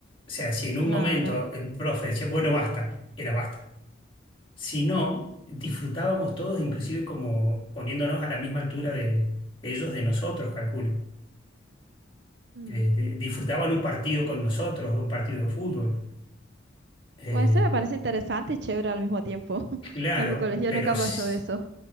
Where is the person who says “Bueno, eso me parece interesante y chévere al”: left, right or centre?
Right